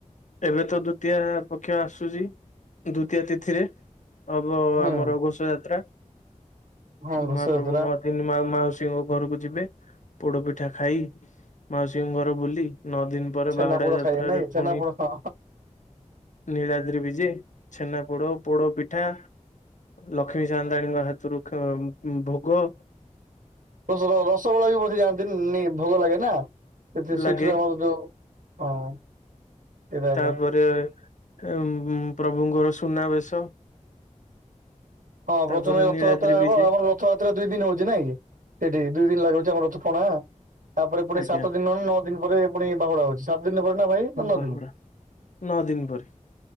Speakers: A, on the left; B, on the right.
A: ଏବେ ତ ଦ୍ଵିତୀୟା ପକ୍ଷ ଆସୁଚି ଦ୍ଵିତୀୟା ତିଥିରେ। ହବ
B: ହୁଁ
A: ଆମର ଘୋସେଇ ଯାତ୍ରା।
B: ହଁ ଘଷଯାତ୍ରା
A: ମହାପ୍ରଭୁ ନୂଆ ଦିନ ମା ମାଉସୀଙ୍କ ଘରକୁ ଯିବେ ପୋଡ ପିଠା ଖାଇ ମାଉସୀଙ୍କ ଘର ବୁଲି ନଅ ଦିନ ପରେ
B: ଛେନାପୋଡ
A: ବାହୁଡା ଯାତ୍ରାରେ
B: ଖାଇବେ ନାଇଁ ଛେନାପୋଡ
A: ପୁଣି
B: ହଁ
A: ନୀଳଦ୍ରି ବିଜେ ଛେନା ପୋଡ ପୋଡ ପିଠା। ଲକ୍ଷ୍ମୀ ସାଆନ୍ତାଣୀଙ୍କ ହାତରୁ ଭୋଗ।
B: ଓ ହୋ ହ ରସଗୋଲା ବି ବୋଧେ ଯାଆନ୍ତି ନେଇ ଭୋଗ ଲାଗେ ନା। ତ ସେ
A: ଲାଗେ
B: ସେଠର ଆମର ଯୋଉ ହଁ। ସେଇଟା ଏକା
A: ତାପରେ ଉ ପ୍ରଭୁଙ୍କର ସୁନାବେଶ।
B: ହଁ ପ୍ରଥମେ
A: ତାପରେ
B: ରଥଯାତ୍ରା
A: ନୀଳାଦ୍ରି
B: ହବ
A: ବିଜେ
B: ଆମର ରଥଯାତ୍ରା ଦୁଇ ଦିନ ହଉଚି ନାଇଁ କି। ସେଠି ଦୁଇ ଦିନ ଲାଗୁଚି ଆମର ରଥ ଟଣା। ତାପରେ ପୁଣି
A: ଆଜ୍ଞା
B: ସାତ ଦିନ ନଅ ଦିନ ପରେ ପୁଣି ବାହୁଡା ହଉଚି ସାତ ଦିନ ପରେ ନା ଭାଇ ନା ନଅ
A: ବାହୁଡା
B: ଦିନ?
A: ନଅ ଦିନ ପରେ।